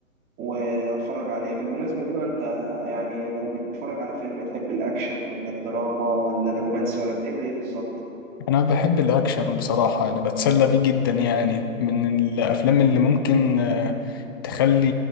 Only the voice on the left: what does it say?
انا بحب الاكشن بصراحه انا بتسلى بيه جدا يعني من الافلام اللي ممكن آه، تخلي